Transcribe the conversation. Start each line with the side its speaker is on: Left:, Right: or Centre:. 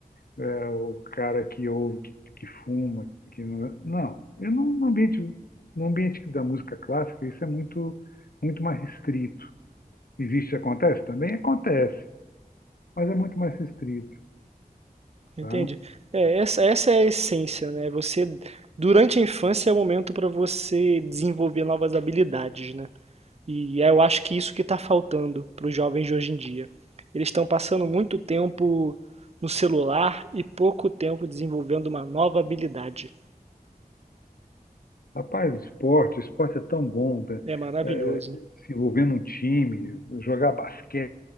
Left: é, o cara que ouve, que, que fuma, que não, é. não, eu não, no ambiente, no ambiente da música clássica, isso é muito, muito mais restrito. Existe, acontece? Também acontece, mas é muito mais restrito,
Right: entendi.
Left: tá?
Right: É, essa essa é a essência, né, você durante a infância é o momento para você desenvolver novas habilidades, né. E é, eu acho que isso que está faltando para os jovens de hoje em dia. Eles estão passando muito tempo no celular e pouco tempo desenvolvendo uma nova habilidade.
Left: Rapaz, esporte, esporte é tão bom, tá?
Right: É maravilhoso.
Left: É, se envolver num time, jogar basquete,